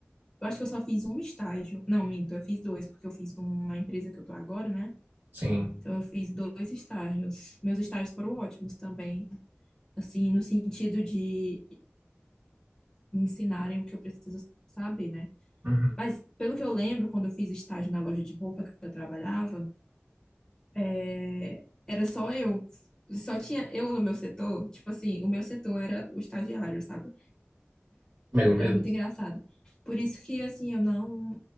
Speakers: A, on the left; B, on the right.
A: Eu acho que eu só fiz um estágio. Não, minto, eu fiz dois, porque eu fiz um na empresa que eu tô agora, né?
B: Sim.
A: Então eu fiz dois estágios. Meus estágios foram ótimos também. assim, no sentido de me ensinarem o que eu preciso saber, né?
B: Uhum.
A: Mas pelo que eu lembro, quando eu fiz estágio na loja de roupa que eu trabalhava, é, era só eu. Só tinha eu no meu setor, tipo assim, o meu setor era o estagiário, sabe?
B: Meu
A: Era
B: Deus.
A: muito engraçado. Por isso que, assim, eu não.